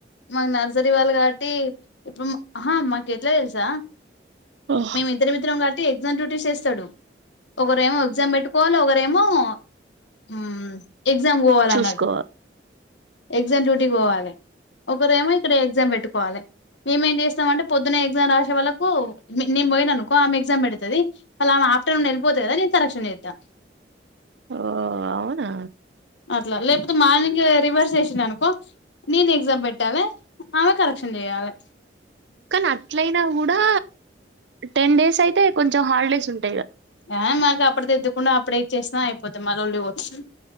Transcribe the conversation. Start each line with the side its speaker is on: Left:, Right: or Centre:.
Left: మాకు నర్సరీ వాళ్ళు కాబట్టి ఇప్పుడు మా ఆహా మాకు ఎట్లా తెలుసా
Right: ఓహ్
Left: మేము ఇద్దరం ఇద్దరం <unintelligible> ఎగ్జామ్ డ్యూటీస్ వేస్తడు ఒకరేమో ఎగ్జామ్ పెట్టుకోవాలి ఒకరేమో మ్ ఎగ్జామ్ పోవాలన్నట్టు
Right: చూసుకోవాలి
Left: ఎగ్జామ్ డ్యూటీకి పోవాలే ఒకరేమో ఇక్కడ ఎగ్జామ్ పెట్టుకోవాలే మేమేం చేస్తాం అంటే పొద్దున్నే ఎగ్జామ్ రాసే వాళ్ళకు నేను పోయిన అనుకో ఆమె ఎగ్జామ్ పెడుతది <unintelligible> ఆఫ్టర్నూన్ వెళ్ళిపోత కదా నేను కరెక్షన్ చేత్త
Right: ఓ అవునా
Left: అట్లా లేకపోతే మార్నింగ్ రివర్స్ <unintelligible> నేను ఎగ్జామ్ పెట్టాలే ఆమె కరెక్షన్ చేయాలే
Right: కానీ అట్లయినా కూడా టెన్ డేస్ అయితే కొంచెం హాలిడేస్ ఉంటు
Left: ఆ మాకు అప్పుడు దిద్దుకున్న అప్పుడే ఇచ్చేసినా అయిపోతాయి ఆ లొల్లి పోతది